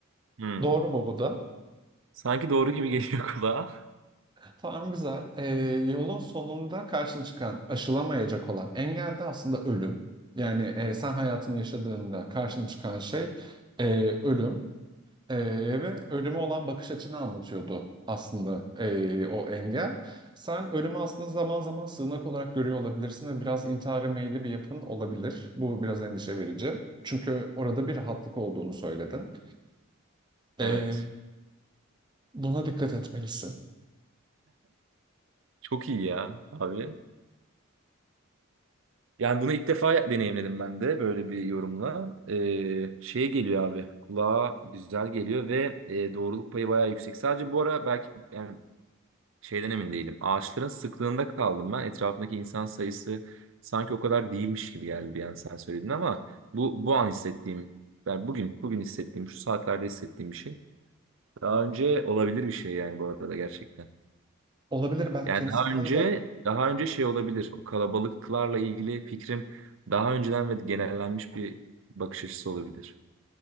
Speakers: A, on the right; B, on the right.
A: Hı.
B: Doğru mu bu da?
A: Sanki doğru gibi geliyor <laughs> kulağa.
B: Tamam güzel. Ee, yolun sonunda karşına çıkan aşılamayacak olan engel de aslında ölüm. Yani e, sen hayatını yaşadığında karşına çıkan şey e, ölüm. Ee, ve ölüme olan bakış açını anlatıyordu aslında ee, o engel. Sen ölümü aslında zaman zaman sığınak olarak görüyor olabilirsin ve biraz intihara meyilli bir yapın olabilir. Bu biraz endişe verici. Çünkü orada bir rahatlık olduğunu söyledin. Ee,
A: Evet.
B: buna dikkat etmelisin.
A: Çok iyi ya abi. Yani bunu ilk defa deneyimledim ben de böyle bir yorumla. E, şeye geliyor abi. Kulağa güzel geliyor ve e, doğruluk payı bayağı yüksek. Sadece bu ara belki yani Şeyden emin değilim. Ağaçların sıklığında kaldım ben. Etrafındaki insan sayısı sanki o kadar değilmiş gibi geldi bir an sen söyledin ama bu bu an hissettiğim yani bugün bugün hissettiğim şu saatlerde hissettiğim bir şey. Daha önce olabilir bir şey yani bu arada gerçekten.
B: Olabilir belki
A: Yani
B: insanlarda
A: daha önce daha önce şey olabilir. O kalabalıklarla ilgili fikrim daha önceden ve genellenmiş bir bakış açısı olabilir.